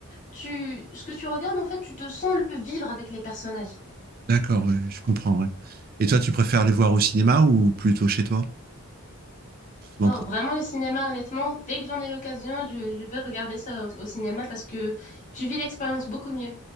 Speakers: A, on the left; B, on the right.
A: Tu, ce que tu regardes en fait, tu te sens le vivre avec les personnages.
B: D'accord, ouais, je comprends, ouais. Et toi, tu préfères les voir au cinéma ou plutôt chez toi, justement
A: Oh,
B: pour...
A: vraiment le cinéma, honnêtement, dès que j'en ai l'occasion, je, je vais regarder ça au, au cinéma parce que tu vis l'expérience beaucoup mieux